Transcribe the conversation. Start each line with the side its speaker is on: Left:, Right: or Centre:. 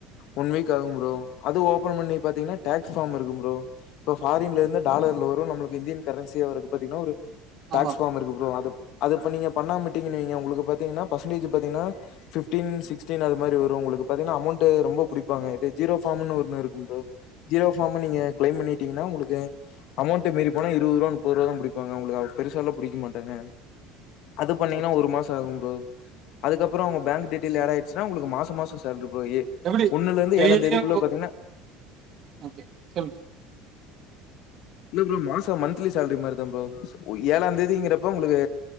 Left: ஒன் வீக் ஆகோ ப்ரோ அது ஓபன் பண்ணி பாத்தீங்கன்னா டேஸ்ஃபார்ம் இருக்கு ப்ரோ இப்ப ஃபாரின்ல இருந்து டாலர்ல வரு நம்மளுக்கு இந்தியன் கரன்சியா வர்றக்கு பாத்தீங்கன்னா ஒரு டாக்ஸ்
Right: ஆமா
Left: ஃபாம் இருக்கு ப்ரோ அது அது பண்ணீங்க பண்ணா விட்டிங்கவைங்க உங்களுகு பாத்தீங்கன்னா பர்சன்டேஜ் பாத்தீங்கா ஃபிப்டீன் சிக்ஸ்டீன் அது மாதிரி வரு உங்களுக்கு பாத்தீங்கன்னா அமௌன்ட் ரொம்ப புடிப்பாங்க இது ஜீரோ ஃபார்ம்னு ஒன்னு இருக்கு ப்ரோ ஜீரோ ஃபாம் நீங்க கிளைம் பண்ணிட்டீங்கன்னா உங்களுக்கு அமௌண்ட் மீறி போனா இருது ரூபா முப்பது ரூபா தா புடிப்பாங்க உங்களுக்கு பெருசால எல்லா புடிக்க மாட்டாங்க அது பண்ணீங்கன்னா
Right: சேரி சேரி
Left: ஒரு மாச ஆகு ப்ரோ அதுக்கப்பற உங்க பேங்க் டிடேயல் ஏடாயிருச்சுனா உங்களுக்கு மாச மாசம் சேல்ரி கோஎட்
Right: எப்டி
Left: ஒண்ணுலருந்து
Right: டெய்லியு
Left: ஏழாந்தேதிக்குள்ள பாத்தீங்ன்னா
Right: ஓகே சொல்லுங் சொல்
Left: இல்ல ப்ரோ மாச மந்த்லி சேல்ரி மாரி தா ப்ரோ ஏழாந்தேதிங்கறப்ப உங்களுக்கு